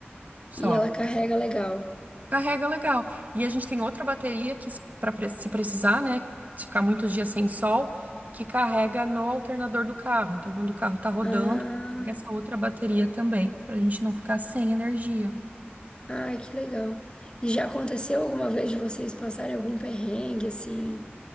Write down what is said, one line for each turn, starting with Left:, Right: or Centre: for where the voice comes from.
Right: só.
Left: E ela carrega legal.
Right: Carrega legal. E a gente tem outra bateria que, para se precisar, né? Se ficar muitos dias sem sol, que carrega no alternador do carro. Então, quando o carro tá rodando,
Left: Ah.
Right: pega essa outra bateria também, pra gente não ficar sem energia.
Left: Ai, que legal. E já aconteceu alguma vez de vocês passarem algum perrengue, assim,